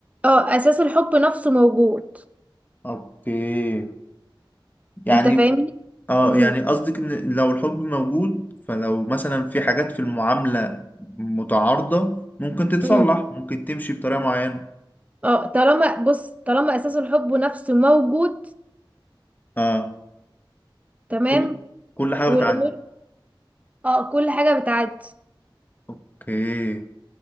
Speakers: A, on the right; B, on the left.
A: اه اساس الحب نفسه موجود
B: اوكي يعني
A: انت فاهمني
B: اه
A: امم
B: يعني قصدك ان لو الحب موجود فلو مثلا في حاجات في المعاملة متعارضة ممكن تتصلح
A: امم
B: ممكن تمشي بطريقة معينة
A: اه طالما بص طالما اساس الحب نفسه موجود
B: اه
A: تمام
B: كل كل حاجة
A: والامور
B: بتعدي
A: اه كل حاجه بتعدي
B: اوكي